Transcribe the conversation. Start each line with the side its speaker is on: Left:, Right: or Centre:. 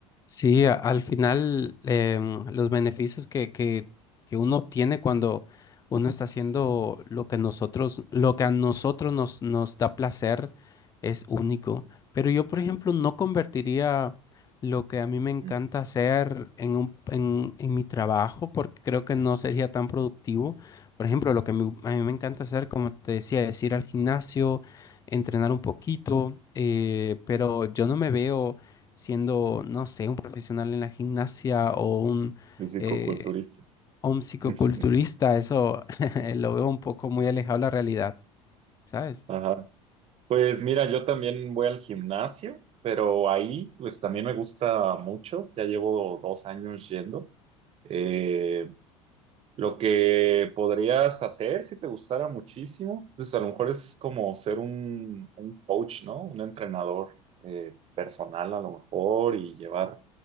Left: Sí, a- al final em, los beneficios que, que, que uno obtiene cuando uno está haciendo lo que nosotros, lo que a nosotros nos, nos da placer es único. Pero yo, por ejemplo, no convertiría lo que a mí me encanta
Right: Ujú.
Left: hacer en un, en, en mi trabajo porque creo que no sería tan productivo. Por ejemplo, lo que me- a mí me encanta hacer, como te decía, es ir al gimnasio, entrenar un poquito, eh, pero yo no me veo siendo, no sé, un profesional en la gimnasia o un,
Right: Fisicoculturista.
Left: eh, o un psicoculturista,
Right: <laughs>
Left: eso <laughs> lo veo un poco muy alejado de la realidad, ¿sabes?
Right: Ajá. Pues mira, yo también voy al gimnasio, pero ahí pues también me gusta mucho, ya llevo dos años yendo. Eh, Lo que podrías hacer si te gustara muchísimo, pues a lo mejor es como ser un, un coach, ¿no? Un entrenador eh, personal a lo mejor y llevar